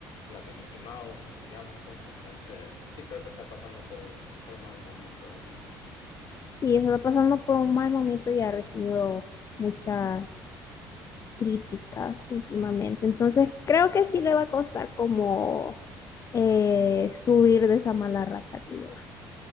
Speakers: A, on the left; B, on the left.
A: las de Mickey Mouse, digamos, pues entonces sí creo que está pasando por un, por un mal momento Disney.
B: Sí, está pasando por un mal momento y ha recibido muchas críticas últimamente. Entonces creo que sí le va a costar como eh, subir de esa mala racha que lleva.